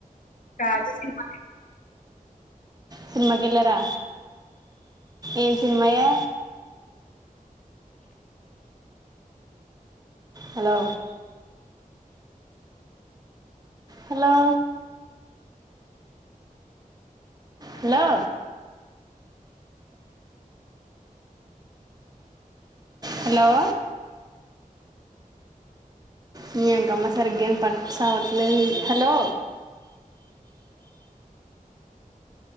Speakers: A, on the left; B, on the right.
A: క కా <unintelligible>
B: సినిమా కేలారా ఏం సినిమయే హలో హలో హలో హలో ని ఎంకమ్మ సరిగ్గాని పట్టుసవట్లేదు హలో